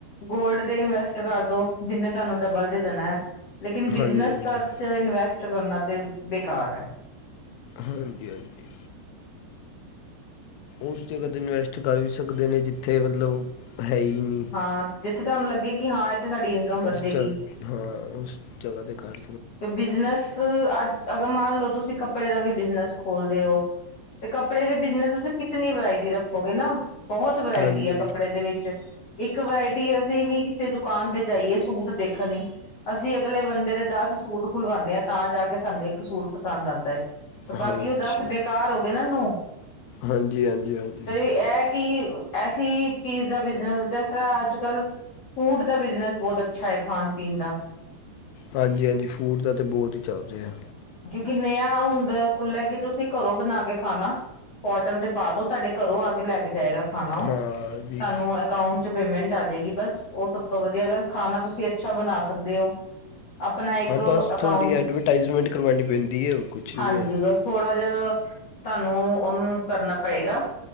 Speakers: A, on the left; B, on the left.
A: ਗੋਲਡ ਤੇ ਇਨਵੈਸਟ ਕਰਦੋ। ਜਿੰਨੇ ਤੁਹਾਨੂੰ ਡਬਲ ਦੇ ਦੇਣਾ ਹੈ ਲੇਕਿਨ ਬਿਜਨਸ
B: ਹਾਂਜੀ ਹਾਂਜੀ
A: ਇਨਵੈਸਟ ਕਰਨਾ ਤੇ ਬੇਕਾਰ ਹੈ।
B: ਹਾਂਜੀ ਹਾਂਜੀ। ਉਸ ਜਗ੍ਹਾ 'ਤੇ ਇਨਵੈਸਟ ਕਰ ਵੀ ਸਕਦੇ ਨੇ ਜਿੱਥੇ ਮਤਲਬ ਹੈ ਹੀ ਨਹੀਂ।
A: ਹਾਂ ਜਿੱਥੇ ਤੁਹਾਨੂੰ ਲੱਗੇ ਕਿ ਹਾਂ। ਸਾਡੀ ਇਨਕਮ
B: ਅੱ
A: ਵੱਧੇਗੀ।
B: ਚੱਲ ਹਾਂ ਉਸ ਜਗ੍ਹਾ ਤੇ ਘਰ
A: ਤੇ ਬਿਜਨਸ ਅੱਜ ਅਗਰ ਮੰਨ ਲਓ ਤੁਸੀਂ ਕੱਪੜੇ ਦਾ ਵੀ ਬਿਜਨਸ ਖੋਲਦੇ ਹੋ। ਤੇ ਕੱਪੜੇ ਦੇ ਬਿਜਨਸ ਤੁਸੀਂ ਕਿਤਨੀ ਵਰਾਇਟੀ ਰੱਖੋਗੇ ਨਾ। ਬਹੁਤ ਵਰਾਇਟੀ
B: ਹਾਂਜੀ
A: ਆ ਕੱਪੜੇ ਦੇ ਵਿੱਚ ਇੱਕ ਵਰਾਇਟ ਅਸੀਂ ਵੀ ਕਿਸੇ ਦੁਕਾਨ ਤੇ ਜਾਈਏ ਸੂਟ ਦੇਖਣੀ ਅਸੀਂ ਅਗਲੇ ਬੰਦੇ ਦੇ ਦੱਸ ਸੂ ਸੂਟ ਖੁਲਵਾਉਂਣੇ ਆਂ ਤਾਂ ਜਾ ਕੇ ਸਾਨੂੰ ਇੱਕ ਸੂਟ ਪਸੰਦ ਆਉਦਾ ਹੈ। ਤੇ ਬਾਕੀ
B: ਹਾਂਜੀ
A: ਉਹ ਦੱਸ ਬੇਕਾਰ
B: ਹਾਂਜੀ
A: ਹੋ ਗਏ ਨਾ ਨੂੰ
B: ਹਾਂਜੀ -ਹਾਂਜੀ- ਹਾਂਜੀ।
A: ਇਹ ਕਿ ਐਸੀ ਚੀਜ਼ ਦਾ ਬਿਜਨਸ ਜਿਸ ਤਰ੍ਹਾਂ ਅੱਜ ਕੱਲ ਫੂਡ ਦਾ ਬਿਜ਼ਨਸ ਬਹੁਤ ਅੱਛਾ ਹੈ ਖਾਣ ਪੀਣ ਦਾ
B: ਹਾਂਜੀ -ਹਾਂਜੀ ਫੂਡ ਦਾ ਤਾਂ ਬਹੁਤ ਹੀ ਚੱਲ ਰਿਹਾ।
A: ਕਿੰਨੇ ਆ ਹੁੰਦਾ ਖੁੱਲ੍ਹਾ ਕਿ ਤੁਸੀਂ ਘਰੋ ਬਣਾ ਕੇ ਖਾਣਾ ਪੋਰਟਲ ਤੇ ਪਾ ਦੋ ਤੁਹਾਡੇ ਘਰੋਂ ਆ ਕੇ ਲੈ ਕੇ ਜਾਏਗਾ ਖਾਣਾ ਉਹ
B: ਹਾਂ ਵੀ
A: ਤੁਹਾਨੂੰ ਅਕਾਊਂਟ 'ਚ ਪੇਮੈਂਟ ਆ ਜਾਏਗੀ ਬਸ ਉਹ ਸਭ ਤੋਂ ਵਧੀਆ ਅ ਖਾਣਾ ਤੁਸੀਂ ਅੱਛਾ ਬਣਾ ਸਕਦੇ ਹੋ ਆਪਣਾ ਇੱਕ
B: ਹਾਂ ਬਸ
A: ਅਕਾਊਂਟ
B: ਥੋੜ੍ਹੀ ਐਡਵਰਟਾਈਜ਼ਮੈਂਟ ਕਰਵਾਉਣੀ ਪੈਂਦੀ ਹੈ ਉਹ ਕੁਛ ਨਹੀਂ
A: ਹਾਂਜੀ
B: ਹੈ।
A: ਬਸ ਥੋੜਾ ਤੁਹਾਨੂੰ ਉਹਨੂੰ ਕਰਨਾ ਪਏਗਾ।